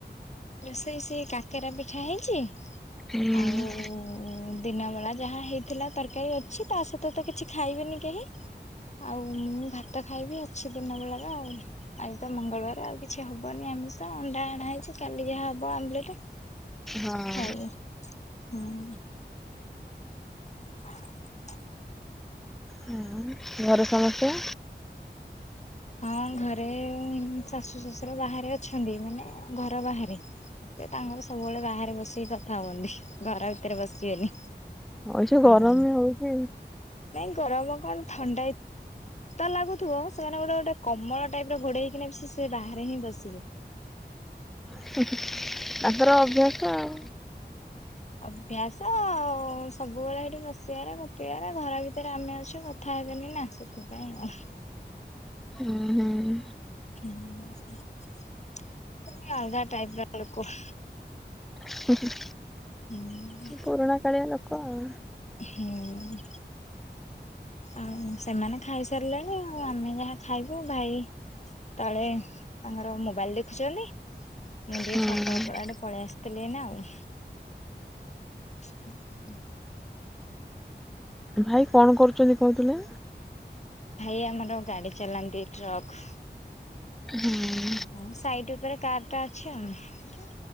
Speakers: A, on the left; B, in the centre.
A: ରୋଷେଇ ସେଇ କାକେରା ପିଠା ହେଇଚି
B: ହୁଁ
A: ଆଉ ଓମ୍ ଦିନ ବେଳା ଯାହା ହେଇଥିଲା ତର୍କାରୀ ଅଛି ତା ସହିତ ତ କିଛି ଖାଇବେନି କେହି। ଆଉ ମୁଁ ଭାତ ଖାଇବି ଅଛି ଦିନ ବେଳାର ଆଉ। ଆଜି ତ ମଙ୍ଗଳବାରେ ଆଉ କିଛି ହବନି ଆମିଷ ଅଣ୍ଡା ଅଣା ହେଇଚି କାଲି ଯାହା ହବ ଆମ୍ବେଲେଟ୍
B: ହଁ।
A: ଖାଇବି ହୁଁ। ହଁ <unintelligible>
B: ହୁଁ ଘରେ ସମସ୍ତେ?
A: ହଁ ଘରେ ଶାଶୁ, ଶଶୁର ବାହାରେ ଅଛନ୍ତି ମାନେ ଘର ବାହାରେ। ସେ ତାଙ୍କର ସବୁବେଳେ ବାହାରେ ବସିକି କଥା ହୁଅନ୍ତି ଘର ଭିତରେ ବସିବେନି।
B: ହଁ ଯୋଉ ଗରମ
A: ଆଉ
B: ବି ହଉଚି।
A: ନାଇଁ ଗରମ କଣ ଥଣ୍ଡା ଏଇ ଶିତ ଲାଗୁଥିବ ସେମାନେ ଗୋଟେ ଗୋଟେ କମଳ ଟାଇପ୍‌ର ଘୋଡ଼େଇ ହେଇକିନା ସେ ସେ ବାହାରେ ହିଁ ବସିବେ।
B: ଉଁ ହୁଁ ତାଙ୍କର ଅଭ୍ୟାସ ଆଉ।
A: ଅଭ୍ୟାସ ଆଉ ସବୁବେଳେ ସେଠି ବସିବାର ଗପିବାର ଘର ଭିତରେ ଆମେ ଅଛୁ କ ଥା ହେବେନି ନା ସେଥିପାଇଁ ଆଉ।
B: ହୁଁ ହୁଁ।
A: ହୁଁ ଉଁ ସିଏ ଅଲ୍‌ଗା ଟାଇପ୍ ର ଲୋକ।
B: ହୁଁ ହୁଁ।
A: ହୁଁଁ
B: ପୁରୁଣା କାଳିଆ ଲୋକ ଆଉ।
A: ହୁଁ ଉଁ। ଆଉ ସେମାନେ ଖାଇସାରିଲେଣି, ଆଉ ଆମେ ଯାହା ଖାଇବୁ ଭାଇ ତଳେ ତାଙ୍କର ମୋବାଇଲ୍‌ ଦେଖୁଛନ୍ତି। ମୁଁ ଟିକେ
B: ହୁଁ।
A: ଛାତ ଉପରେ ଆଡେ ପଳେଇ ଆସିଥିଲି ଏଇନା ଆଉ। ହଁ ହୁଁ।
B: ଭାଇ କଣ କରୁଛନ୍ତି କହୁଥିଲେ?
A: ଭାଇ ଆମର ଗାଡ଼ି ଚଲାନ୍ତି ଟ୍ରକ୍।
B: ହୁଁ।
A: ହଁ ସାଇଟ୍ ଉପରେ କାର୍ ଟା ଅଛି ଆଉ।